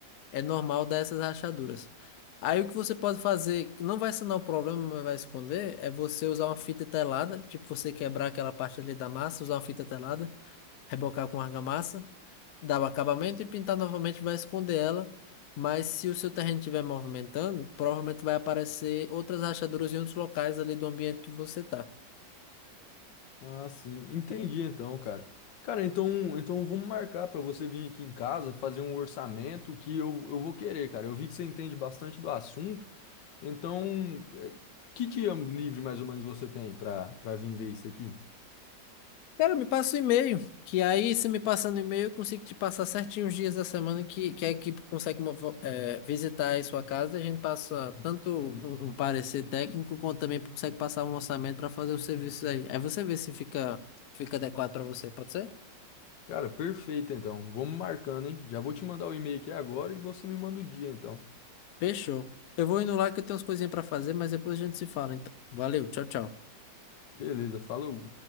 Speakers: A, on the left (about 70°); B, on the left (about 80°).
A: é normal dar essas rachaduras. Aí o que você pode fazer, que não vai sanar o problema, mas vai esconder, é você usar uma fita telada, tipo você quebrar aquela parte ali da massa, usar uma fita telada, rebocar com argamassa dá o acabamento e pintar novamente vai esconder ela. Mas se o seu terreno estiver movimentando, provavelmente vai aparecer outras rachaduras em outros locais ali do ambiente que você tá.
B: Ah, sim, entendi então, cara. Cara, então, então vamos marcar pra você vir aqui em casa, fazer um orçamento que eu, eu vou querer, cara. Eu vi que você entende bastante do assunto, então, eh, que dia livre mais ou menos você tem pra, pra vir ver isso aqui?
A: Cara, me passa o e-mail, que aí, se me passando o e-mail, eu consigo te passar certinho os dias da semana que, que a equipe consegue mo- eh, visitar aí sua casa e a gente passa tanto um, um parecer técnico, quanto também consegue passar um orçamento para fazer os serviços aí. Aí você vê se fica, fica adequado para você, pode ser?
B: Cara, perfeito então. Vamos marcando, hein? Já vou te mandar o e-mail aqui agora e você me manda o dia então.
A: Fechou. Eu vou indo lá que eu tenho umas coisinhas pra fazer, mas depois a gente se fala. Então, valeu, tchau, tchau.
B: Beleza, falou.